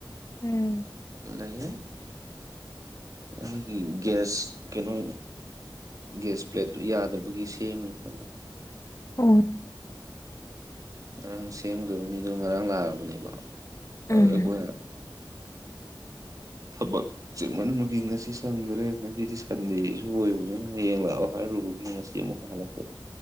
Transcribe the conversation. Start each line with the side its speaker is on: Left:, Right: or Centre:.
Left: ꯎꯝ
Right: ꯂꯦꯌꯦ ꯑꯩꯒꯤ ꯒꯦꯁ ꯀꯩꯅꯣ ꯒꯦꯁ ꯄ꯭ꯂꯦꯠꯇꯨ ꯌꯥꯗꯕꯒꯤ ꯁꯦꯝꯃꯤ ꯀꯟꯅ
Left: ꯎꯝ
Right: ꯉꯔꯥꯡ ꯁꯦꯝꯒꯗꯕ ꯃꯤꯗꯣ ꯉꯔꯥꯡ ꯂꯥꯛꯑꯕꯅꯦꯕꯣ
Left: ꯎꯝ
Right: ꯑꯗꯨꯗ ꯈꯣꯏꯅ
Left: <inaudible>
Right: ꯊꯕꯛ ꯆꯤꯟꯃꯟꯕꯒꯤ ꯉꯁꯤ ꯁꯪꯗ꯭ꯔꯦ ꯉꯁꯤꯗꯤ ꯁꯟꯗꯦꯖꯨ ꯑꯣꯏꯕꯅꯤꯅ ꯍꯌꯦꯡ ꯂꯥꯛꯑꯣ ꯍꯥꯏꯔꯨꯕꯒꯤ ꯉꯥꯁꯤ ꯑꯃꯨꯛꯀ ꯍꯥꯂꯛꯇꯨꯏ